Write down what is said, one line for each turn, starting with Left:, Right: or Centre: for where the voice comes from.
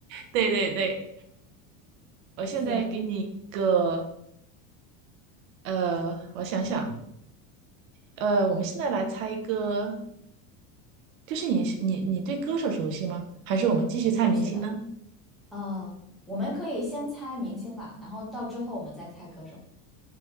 Right: 对对对，我现在给你一个
Centre: <laughs> 行，
Right: 呃，我想想，呃，我们现在来猜一个，就是你是你你对歌手熟悉吗？还是我们继续猜明星呢？
Centre: 挺个挺熟悉的。呃，我们可以先猜明星吧，然后到之后我们再猜歌手。